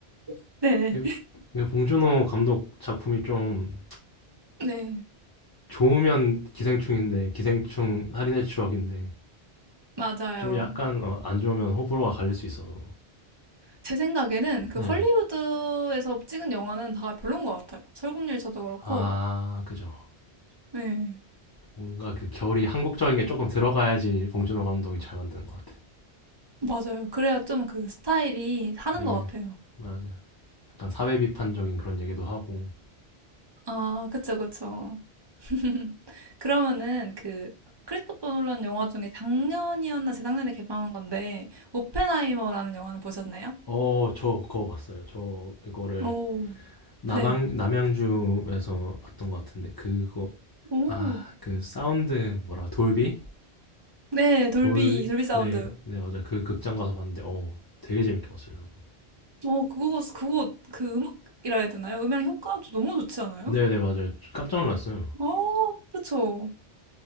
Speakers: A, on the right; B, on the left.
A: <laughs> 네.
B: 이- 이 봉준호 감독 작품이 좀
A: 네.
B: 좋으면 기생충인데 기생충 살인의 추억인데
A: 맞아요.
B: 좀 약간 어 안 좋으면 호불호가 갈릴 수 있어서.
A: 제 생각에는 그
B: 네.
A: 헐리우드에서 찍은 영화는 다 별론 것 같아요. 설국열이 저도 그렇고.
B: 아 그죠.
A: 네.
B: 뭔가 그 결이 한국적인 게 조금 들어가야지 봉준호 감독이 잘 만드는 것 같아.
A: 맞아요. 그래야 좀 그 스타일이 사는
B: 네,
A: 것 같아요.
B: 맞아요. 약간 사회 비판적인 그런 얘기도 하고.
A: 아, 그쵸, 그쵸. <laughs> 그러면은 그 크리스토퍼 놀란 영화 중에 작년이었나 재작년에 개방한 건데, 오펜하이머라는 영화는 보셨나요?
B: 어, 저 그거 봤어요. 저 그거를
A: 오,
B: 남양
A: 네.
B: 남양주에서 봤던 것 같은데 그거
A: 오,
B: 아, 그 사운드 뭐라 돌비?
A: 네, 돌비,
B: 돌
A: 돌비 사운드.
B: 네, 네 맞아요. 그 극장 가서 봤는데 어, 되게 재밌게 봤어요. 저도.
A: 어, 그거, 그거, 그 음악이라 해야 되나요? 음향 효과도 너무 좋지 않아요?
B: 네, 네 맞아요. 깜짝 놀랐어요.
A: 음, 아, 그쵸.